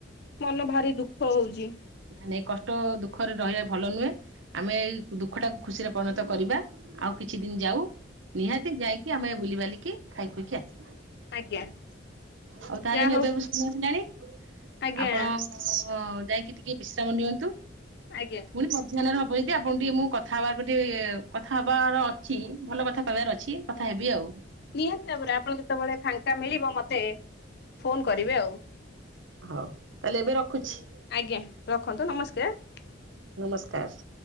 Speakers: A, on the left; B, on the right.
A: ମନ ଭାରି ଦୁଃଖ ହଉଚି।
B: ନାଇଁ ନାଇଁ କଷ୍ଟ ଦୁଃଖରେ ରହିଆ ଭଲ ନୁହେଁ। ଆମେ ଏଇ ଦୁଃଖ ଟାକୁ ଖୁସିରେ ପରିଣତ କରିବା ଆଉ କିଛି ଦିନ ଯାଉ। ନିହାତି ଯାଇକି ଆମେ ବୁଲିବାଲିକି ଖାଇ ପିଇକି ଆସିବା।
A: ଆଜ୍ଞା
B: ଆଉ ତାହେଲେ
A: ଯାହା
B: ମୁଁ ଏବେ
A: ହଉ
B: ବି ଶୁଣି <unintelligible>
A: ଆଜ୍ଞା
B: ଆପଣ ଅଁ ଯାଇଁକି ଟିକେ ବିଶ୍ରାମ ନିଅନ୍ତୁ।
A: ଆଜ୍ଞା।
B: ପୁଣି ମଧ୍ୟାହ୍ନରେ ହବ ଯଦି ଆପଣଙ୍କୁ ଟିକେ ମୁଁ କଥା ହବାକୁ ଟିକେ କଥା ହେବାର ଅଛି ଭଲ କଥା କହିବାର ଅଛି। କଥା ହେବି ଆଉ।
A: ନିହାତି ଭାବରେ ଆପଣ ଯେତେବେଳେ ଫାଙ୍କା ମିଳିବ ମତେ ଫୋନ କରିବେ ଆଉ।
B: ହଉ ତାହେଲେ ଏବେ ରଖୁଛି।
A: ଆଜ୍ଞା। ରଖନ୍ତୁ ନମସ୍କାର।
B: ନମସ୍କାର।